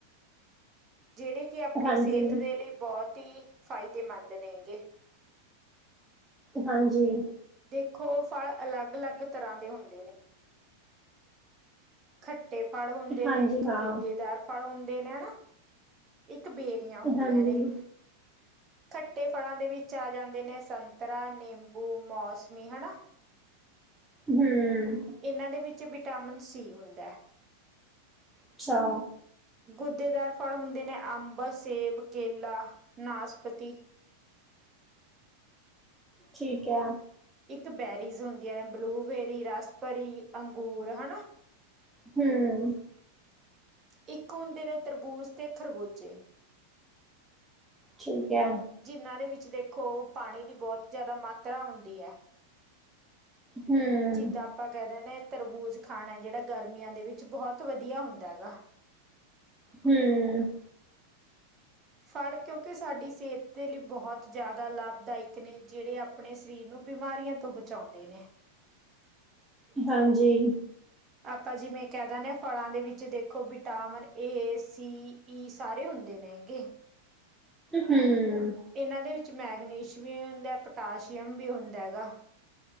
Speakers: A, on the right (about 25°); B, in the centre.
A: ਜਿਹੜੇ ਕਿ ਆਪਣੀ
B: ਹਾਂਜੀ
A: ਸਿਹਤ ਦੇ ਲਈ ਬਹੁਤ ਹੀ ਫਾਇਦੇਮੰਦ ਨੇਗੇ
B: ਹਾਂਜੀ
A: ਦੇਖੋ ਫਲ ਅਲੱਗ ਅਲੱਗ ਤਰ੍ਹਾਂ ਦੇ ਹੁੰਦੇ ਨੇ ਖੱਟੇ ਫਲ ਹੁੰਦੇ
B: ਹਾਂਜੀ
A: ਨੇ ਇੱਕ
B: ਹਾਂ
A: ਗੁਦੇਦਾਰ ਫਲ ਹੁੰਦੇ ਨੇ ਹਨਾ ਇੱਕ ਬੇਰੀਆਂ ਹੁੰਦੀਆਂ
B: ਹਾਂਜੀ
A: ਨੇ ਖੱਟੇ ਫਲਾਂ ਦੇ ਵਿੱਚ ਆ ਜਾਂਦੇ ਨੇ ਸੰਤਰਾ ਨਿੰਬੂ ਮੌਸਮੀ ਹਨਾ
B: ਹਮ
A: ਇਹਨਾਂ ਦੇ ਵਿੱਚ ਵਿਟਾਮਿਨ ਸੀ ਹੁੰਦਾ
B: ਅੱਛਾ
A: ਗੁਦੇਦਾਰ ਫਲ ਹੁੰਦੇ ਨੇ ਅੰਬ ਸੇਬ ਕੇਲਾ ਨਾਸਪਤੀ
B: ਠੀਕ ਹੈ
A: ਇੱਕ ਬੇਰੀਜ਼ ਹੁੰਦੀਆਂ ਨੇ ਬਲੂਬੇਰੀ ਰਸਪਰੀ ਅੰਗੂਰ ਹਨਾ
B: ਹਮ
A: ਇੱਕ ਹੁੰਦੇ ਨੇ ਤਰਬੂਜ਼ ਅਤੇ ਖਰਬੂਜੇ
B: ਠੀਕ ਹੈ।
A: ਜਿਨਾਂ ਦੇ ਵਿੱਚ ਦੇਖੋ ਪਾਣੀ ਦੀ ਬਹੁਤ ਜ਼ਿਆਦਾ ਮਾਤਰਾ ਹੁੰਦੀ ਹੈ।
B: ਹਮ
A: ਜਿੱਦਾਂ ਆਪਾਂ ਕਹਿ ਦਿੰਦੇ ਤਰਬੂਜ਼ ਖਾਣਾ ਜਿਹੜਾ ਗਰਮੀਆਂ ਦੇ ਵਿੱਚ ਬਹੁਤ ਵਧੀਆ ਹੁੰਦਾ ਹੈਗਾ
B: ਹੂ,,,
A: ਸਾਲ ਕਿਉਂਕਿ ਸਾਡੀ ਸਿਹਤ ਦੇ ਲਈ ਬਹੁਤ ਜ਼ਿਆਦਾ ਲਾਭਦਾਇਕ ਨੇ ਜਿਹੜੇ ਆਪਣੇ ਸਰੀਰ ਨੂੰ ਬਿਮਾਰੀਆਂ ਤੋਂ ਬਚਾਉਂਦੇ ਨੇ
B: ਹਾਂਜੀ
A: ਆਪਾਂ ਜਿਵੇਂ ਕਹਿ ਦਿੰਦੇ ਹਾਂ ਫਲਾਂ ਦੇ ਵਿੱਚ ਦੇਖੋ ਵਿਟਾਮਿਨ ਏ ਸੀ ਸਾਰੇ ਹੁੰਦੇ ਨੇ ਹੈਗੇ
B: ਹੂ,,,
A: ਇਹਨਾਂ ਦੇ ਵਿੱਚ ਮੈਗਨੀਸ਼ ਵੀ ਹੁੰਦਾ ਪੋਟਾਸ਼ੀਅਮ ਵੀ ਹੁੰਦਾ ਹੈਗਾ